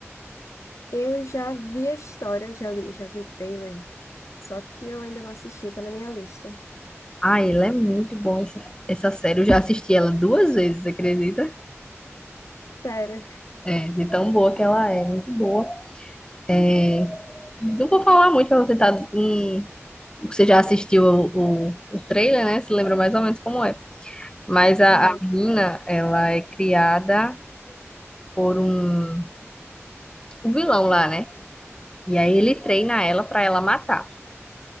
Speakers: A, on the left; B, on the left.
A: Eu já vi a história, já li, já vi o trailer, só que eu ainda não assisti, tá na minha lista.
B: Ah, ele é muito bom esse- essa série. Eu já assisti ela duas vezes, você acredita?
A: Sério.
B: É, de tão boa que ela é, muito boa. É, não vou falar muito, eu vou tentar hum, Você já assistiu o, o, o trailer, né? Se lembra mais ou menos como é. Mas a,
A: Aham.
B: a menina, ela é criada por um, um vilão lá, né? E aí ele treina ela pra ela matar.